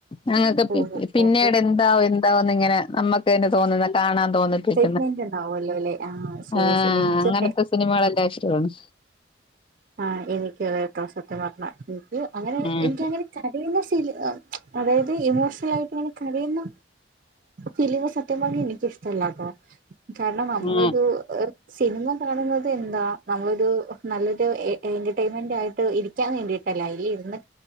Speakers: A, on the left; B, on the right.
A: ഞങ്ങൾക്ക്
B: ഓ
A: പിന്നീട്
B: ഓക്കെ
A: എന്താ? എന്തേന്ന് ഇങ്ങനെ നമുക്ക്ന്നെ തോന്നുന്നത് കാണാൻ തോന്നി പോയി.
B: <unintelligible> ണ്ടാവല്ലോ അല്ലെ ആഹ് ശരി
A: ആഹ്
B: ശരി <unintelligible>
A: അങ്ങനത്തെ സിനിമകളെല്ലാം ഇഷ്ടമാണ്
B: ആഹ് എനിക്ക് വളരെ പ്രസത്യ പറഞ്ഞ എനിക്ക് അങ്ങനെ
A: ഉം
B: എനിക്കങ്ങനെ കരയുന്ന ശീല് അതായത് ഇമോഷണൽ കങ്ങനെ കരയുന്ന ഫിലിം സത്യം പറഞ്ഞ ഇൻകിഷ്ടല്ലാട്ടോ കാരണം നമ്മളൊരു
A: ഉം
B: സിനിമ കാണുന്നത് എന്താ നമ്മളൊരു നല്ല രു എന്റർടൈൻമെന്റ് ആയിട്ട് ഇരിക്കാൻ വേണ്ടിയിട്ടല്ല അയ്ല് ഇല്ല ഇര്ന്ന്